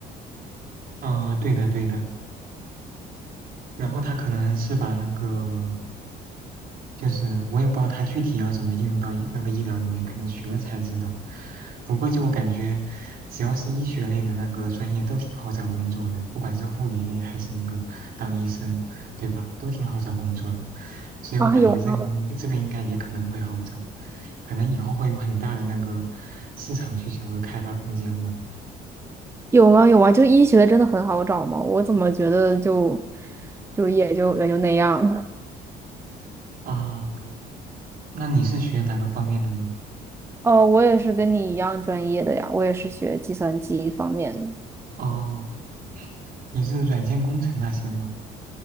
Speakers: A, on the right; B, on the right.
A: 嗯、对的对的，然后他可能是把那个。就是我也不知道它具体要怎么应用到医那个医疗里面，可能学了才知道。不过就我感觉，只要是医学类的那个专业都挺好找工作的，不管是护理类还是那个当医生，对吧？都挺好找工作的。所以我感觉这个应这个应该也可能会好找，
B: 啊，有吗？
A: 可能以后会有很大的那个市场需求和开发空间吧。
B: 有吗？有啊！就医学真的很好找吗？我怎么觉得就就也就也就那样了
A: 啊，那你是学哪个方面的呢？
B: 哦，我也是跟你一样专业的呀，我也是学计算机方面的。
A: 哦，你是软件工程那些吗？